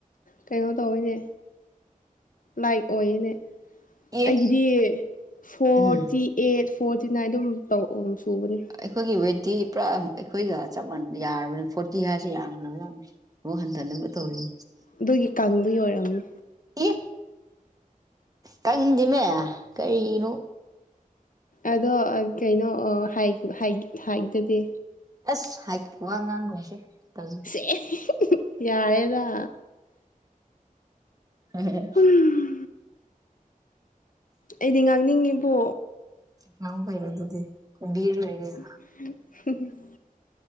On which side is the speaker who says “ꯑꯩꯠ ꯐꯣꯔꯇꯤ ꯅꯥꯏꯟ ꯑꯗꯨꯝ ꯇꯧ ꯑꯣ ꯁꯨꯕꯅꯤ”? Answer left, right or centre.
Left